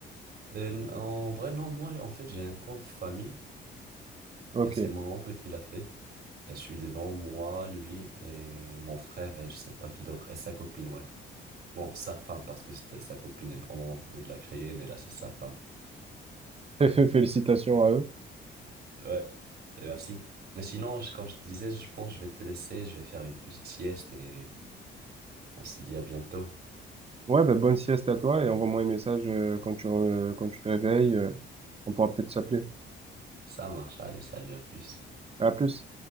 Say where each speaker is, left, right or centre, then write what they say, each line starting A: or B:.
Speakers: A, on the right; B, on the right.
A: Et n- en vrai, non, moi, en fait, j'ai un compte famille,
B: Ok,
A: et c'est mon oncle qui l'a fait. Et je suis dedans, moi, lui, et mon frère, et je sais pas qui d'autre, et sa copine, ouais. Bon, sa femme, parce que c'était sa copine au moment où il l'a créé, mais là, c'est sa femme.
B: <laughs> félicitations à eux.
A: Ouais, Bah, merci. Mais sinon, je- comme je te disais, je pense que je vais te laisser, je vais faire une petite sieste et on se dit à bientôt.
B: Ouais, ben bonne sieste à toi et envoie-moi un message euh, quand tu, re- quand tu te réveilles, euh, on pourra peut-être s'appeler.
A: Ça marche, allez, salut, à plus.
B: À plus.